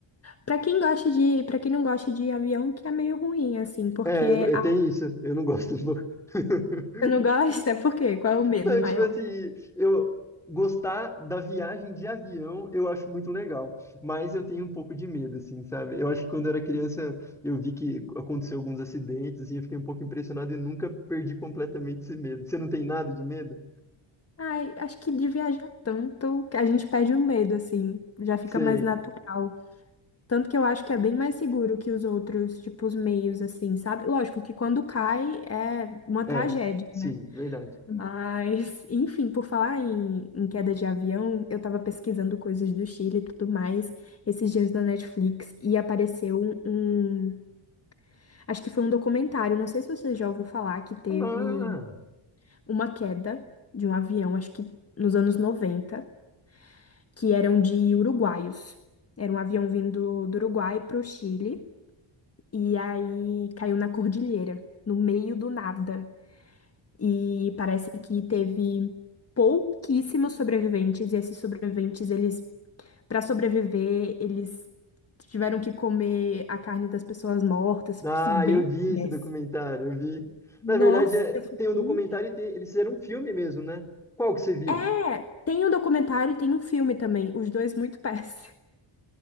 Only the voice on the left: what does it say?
pra quem gosta de, para quem não gosta de avião, que é meio ruim, assim, porque
a...
Você não gosta? <laughs> Por quê? Qual é o medo
maior?
Ai, acho que de viajar tanto que a gente perde o medo, assim, já fica
mais natural. Tanto que eu acho que é bem mais seguro que os outros, tipo, os meios, assim, sabe? Lógico que quando cai é uma
tragédia.
Mas, enfim, por falar em, em queda de avião, eu tava pesquisando coisas do Chile e tudo mais esses dias na Netflix e apareceu um, um- acho que foi um documentário, não sei se você já ouviu falar, que teve
uma queda de um avião, acho que nos anos 90, que eram de uruguaios. Era um avião vindo do Uruguai pro Chile e aí caiu na cordilheira, no meio do nada. E parece que teve pouquíssimos sobreviventes, e esses sobreviventes, eles, para sobreviver, eles tiveram que comer a carne das pessoas mortas,
assim, bem
péssimo.
Nossa,
eu fiquei.
É, tem o documentário e tem o filme também, os dois muito péssimos.